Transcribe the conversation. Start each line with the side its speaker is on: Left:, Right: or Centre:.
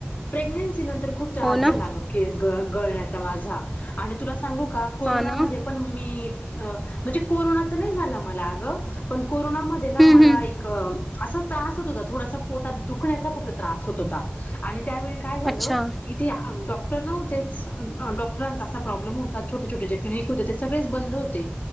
Left: प्रेग्नंन्सी नंतर खूप त्रास
Centre: हो ना,
Left: झाला अगं. केस ग गळण्याचा माझा आणि तुला सांगू का कोरोनामध्ये
Centre: हो ना.
Left: पण मी अ म्हणजे कोरोना तर नाही झाला मला अगं, पण कोरोनामध्ये ना
Centre: हं,
Left: मला
Centre: हं.
Left: एक असा त्रास होत होता थोडासा पोटात दुखण्याचा फक्त त्रास होत होता आणि त्यावेळी काय झालं
Centre: अच्छा.
Left: इते डॉक्टर नव्हतेच, डॉक्टरांचा असा प्रॉब्लेम होता छोटे छोटे जे क्लिनिक होते ते सगळेच बंद होते.